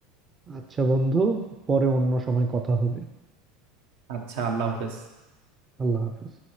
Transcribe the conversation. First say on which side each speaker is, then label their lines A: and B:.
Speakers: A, on the right; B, on the right.
A: আচ্ছা বন্ধু পরে অন্য সময় কথা হবে
B: আচ্ছা আল্লাহ হাফেজ
A: আল্লাহ হাফেজ